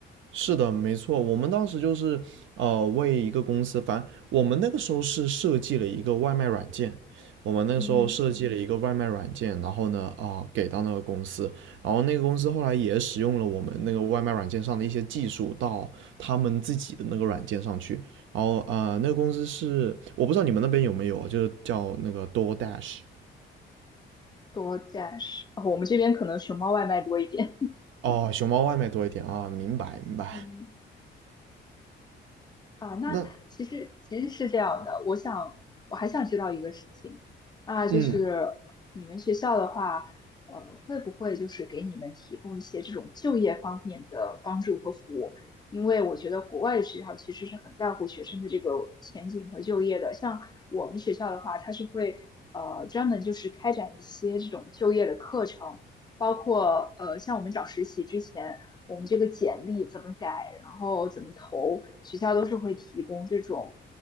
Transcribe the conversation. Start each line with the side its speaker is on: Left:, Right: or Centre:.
Right: 是的，没错，我们当时就是呃为一个公司，反正我们那个时候是设计了一个外卖软件，我们那个时候设计了一个外卖软件，
Left: 嗯，
Right: 然后呢啊、给到那个公司，然后那个公司后来也使用了我们那个外卖软件上的一些技术到他们自己的那个软件上去，然后呃那个公司是我不知道你们那边有没有啊，就是叫那个 DoorDash，
Left: 多加是，我们这边可能熊猫外卖多一点。
Right: 哦熊猫外卖多一点啊，明白明白，
Left: 嗯。啊，那其实其实是这样的，
Right: 那
Left: 我想我还想知道一个事情，那就是你们学校的话，
Right: 嗯
Left: 呃，会不会就是给你们提供一些这种就业方面的帮助和服务？因为我觉得国外的学校其实是很在乎学生的这个前景和就业的，像我们学校的话，它是会呃专门就是开展一些这种就业的课程。包括呃，像我们找实习之前，我们这个简历怎么改，然后怎么投，学校都是会提供这种